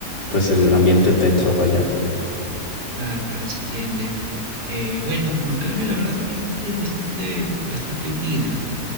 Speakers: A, on the left; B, on the right.
A: pues el ambiente tenso, vaya.
B: Claro, claro, se entiende. Eh, bueno, acá la verdad que mi familia es bastante, bastante unida.